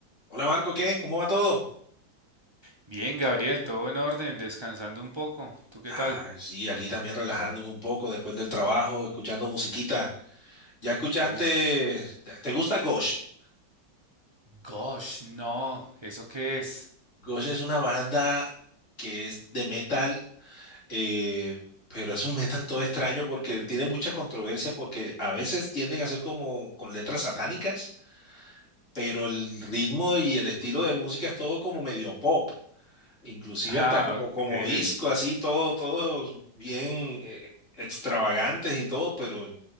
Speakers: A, on the left (about 40°); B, on the right (about 30°).
A: Hola Marco, ¿qué? ¿Cómo va todo?
B: Bien, Gabriel, todo en orden, descansando un poco. ¿Tú qué
A: Ah,
B: tal?
A: sí, aquí también relajándome un poco después del trabajo, escuchando musiquita. ¿Ya escuchaste?
B: Uf,
A: ¿Te te gusta Ghost?
B: gosh, no, ¿eso qué es?
A: Ghost es una banda que es de metal, eh, pero es un metal todo extraño porque tiene mucha controversia porque a veces tienden a ser como con letras satánicas, pero el ritmo y el estilo de música es todo como medio pop, inclusive
B: <laughs> Ah,
A: hasta como,
B: ok.
A: como disco, así todo, todo bien eh, extravagantes y todo, pero